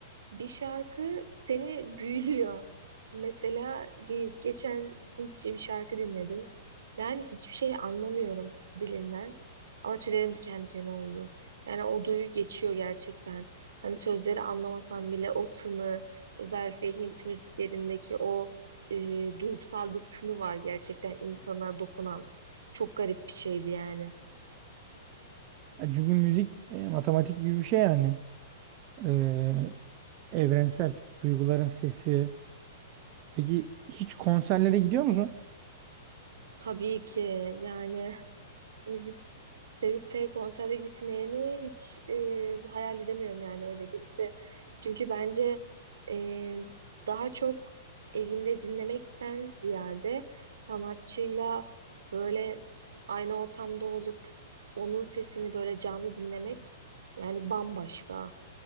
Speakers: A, on the right; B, on the right.
A: bir şarkı seni büyülüyor. Mesela ge- geçen Hintçe bir şarkı dinledim. Yani hiçbir şey anlamıyorum dilinden. Ama tüylerim diken diken oldu. Yani o duyu geçiyor gerçekten. Hani sözleri anlamasam bile o tını, özellikle Hint müziklerindeki o e, duygusal bir tını var gerçekten insana dokunan. Çok garip bir şeydi yani.
B: Ya Çünkü müzik e, matematik gibi bir şey yani. E, Evrensel. Duyguların sesi. Peki hiç konserlere gidiyor musun?
A: Tabii ki yani müzik sevip de konsere gitmeyeni hiç e, hayal edemiyorum yani öyle birisi. Çünkü bence e, daha çok evinde dinlemekten ziyade sanatçıyla böyle aynı ortamda olup onun sesini böyle canlı dinlemek yani bambaşka.